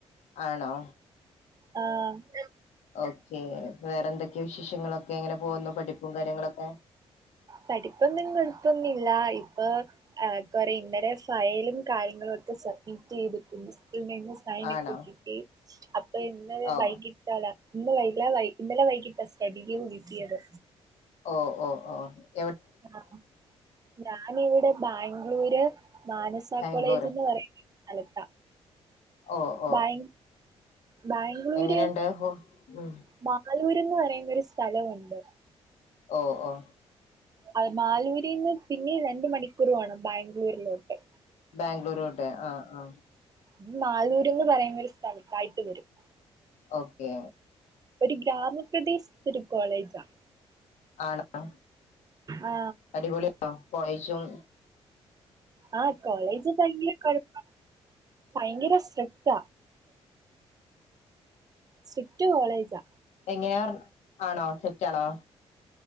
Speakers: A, on the left; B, on the right.
A: ആണോ
B: ആഹ്
A: ഓക്കെ വേറെ എന്തൊക്കെയ വിശേഷങ്ങളൊക്കെ എങ്ങനെ പോകുന്നു പഠിപ്പും കാര്യങ്ങളൊക്കെ
B: പഠിപ്പൊന്നും കൊഴപ്പോന്നുമില്ല. ഇപ്പൊ കൊറേ ഇന്നലെ ഫയലും കാര്യങ്ങളുവൊക്കെ റ്റ് ചെയ്തിട്ട് പ്രിൻസിപ്പളിന്റെ കൈയിന്ന് സൈനൊക്കെ
A: ആണോ
B: കിട്ടി. അപ്പൊ ഇന്നലെ
A: ഓ
B: വൈകിട്ടാട ഇന്ന് വൈറ്റ്ല വൈ ഇന്നലെ വൈകിട്ട സ്റ്റഡി ലീവ് കിട്ടിയത്
A: ഓഹ് ഓഹ് ഓഹ്
B: ആഹ് ഞാനിവിടെ ബാംഗ്ലൂര് മാനസ
A: ബാംഗ്ലൂര്
B: കോളേജ് എന്ന് പറയ സ്ഥലത്ത
A: ഓ ഓ
B: ഭയ ബാംഗ്ലൂര്
A: എങ്ങനെയുണ്ട് ഹോ ഉം
B: മാലൂര്ന്ന് പറയുന്ന ഒരു സ്ഥലവുണ്ട്
A: ഓ ഓ
B: അ മാലൂരിൽന്ന് പിന്നെ രണ്ട് മണിക്കൂറ് വേണം ബാംഗ്ലൂരിലോട്ട്
A: ബാംഗ്ലൂരുടെ ആ ആ
B: അത് നാലൂര്ന്ന് പറയുന്ന ഒരു സ്ഥലത്തായിട്ട് വരും
A: ഓക്കെ
B: ഒരു ഗ്രാമപ്രദേശത്ത ഒരു കോളേജാ
A: ആണോ
B: ആ
A: അടിപൊളിയണോ കോജും
B: അ കോളേജ്കൈഞ്ഞ് കൊയപപം ഭയങ്കര സ്ടി ട്ട സ്ട്രിക്ട് കോളേജാ
A: എങ്ങനെ ആണോ സെറ്റ് ആണോ